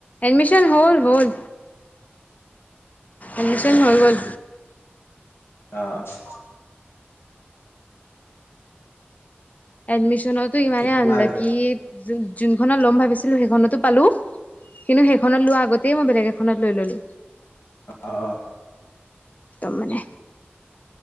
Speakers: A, on the left; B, on the left.
A: এডমিশন হ'ল হ'ল। এডমিশন হৈ গ'ল।
B: অ',
A: এডমিশনতো ইমানেই
B: কি কোৱা
A: আনলকি
B: আৰু
A: যোনখনত ল'ম ভাবিছিলোঁ সেইখনতো পালো কিন্তু সেইখনত লোৱা আগতেই মই বেলেগ এখনত লৈ ললো।
B: অ',
A: তম মানে